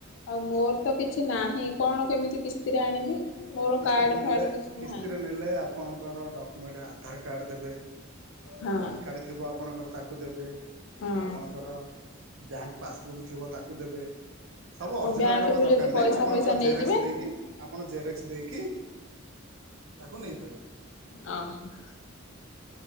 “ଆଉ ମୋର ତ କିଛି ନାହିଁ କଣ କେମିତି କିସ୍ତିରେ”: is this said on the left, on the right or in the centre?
Left